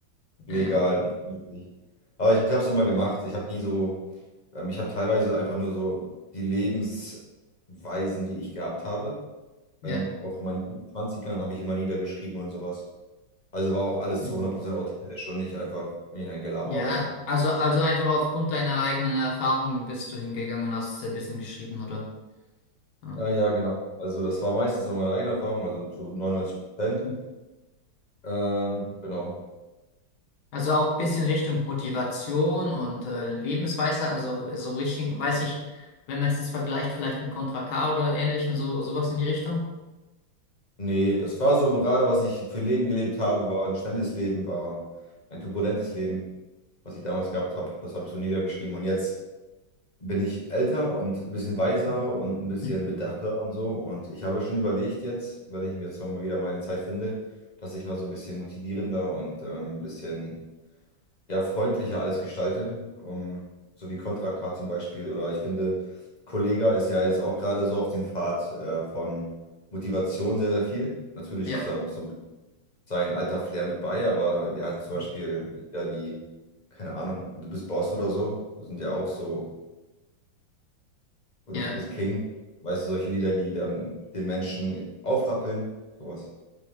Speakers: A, on the left; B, on the left.
A: legal
B: Ja,
A: und vernünftig. Aber ich habe es immer gemacht. Ich habe nie so, ähm, ich habe teilweise einfach nur so die Lebensweisen, die ich gehabt habe.
B: ja.
A: Ähm, auch in meinen 20 habe ich immer niedergeschrieben und sowas. Also war auch alles
B: Hm.
A: zu hundert Prozent authentisch und nicht einfach irgendein Gelaber
B: Ja,
A: oder so.
B: also, also einfach aufgrund deiner eigenen Erfahrung bist du hingegangen und hast ein bisschen geschrieben, oder? Ja.
A: Äh, ja, genau. Also das war meistens so meine eigene Erfahrung, also zu 99%.
B: Hm.
A: Ähm, genau.
B: Also auch ein bisschen Richtung Motivation und äh, Lebensweisheit, also äh, so Richtung, weiß ich, wenn man es jetzt vergleicht, vielleicht mit Contra K oder ähnlichem, so, sowas in die Richtung.
A: Nee, das war so gerade, was ich für Leben gelebt habe, war ein schnelles Leben, war ein turbulentes Leben. was ich damals gehabt habe. Das habe ich so niedergeschrieben. Und jetzt bin ich älter und ein bisschen weiser
B: Hm.
A: und ein bisschen
B: Hm.
A: bedachter und so. Und ich habe schon überlegt jetzt, wenn ich jetzt mal wieder meine Zeit finde, dass ich mal so ein bisschen motivierender und ähm, ein bisschen ja, freundlicher alles gestalte. Um, so wie Contra K zum Beispiel. Oder ich finde, Kollega ist ja jetzt auch gerade so auf den Pfad äh, von Motivation sehr, sehr viel. Natürlich
B: Ja,
A: ist da noch so ein sein alter Flair mit bei, aber der hat zum
B: hm.
A: Beispiel Lieder wie, keine Ahnung, Du bist Boss oder so, sind ja auch so, oder
B: ja.
A: Du bist King, weißt du, solche Lieder, die dann den Menschen aufrappeln, sowas.